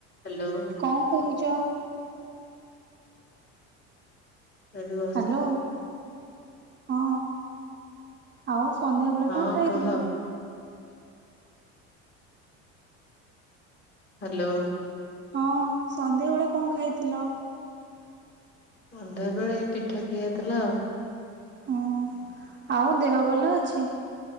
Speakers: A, on the left; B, on the right.
A: Hello
B: କଣ କରୁଛ?
A: ଏଇଠି ବସଛି।
B: ହ୍ୟାଲୋ ହଁ ଆଉ ସନ୍ଧ୍ୟା ବେଳେ
A: ହଁ
B: କଣ ଖାଇଥିଲ?
A: କହ ହ୍ୟାଲୋ
B: ହଁ ସନ୍ଧ୍ୟାବେେଳେ କଣ ଖାଇଥିଲ?
A: ସନ୍ଧ୍ୟା ବେଳେ ପିଠା ଖିଆ ହେଇଥିଲା ଆଉ।
B: ହଁ ଆଉ ଦେହ ଭଲ ଅଛି?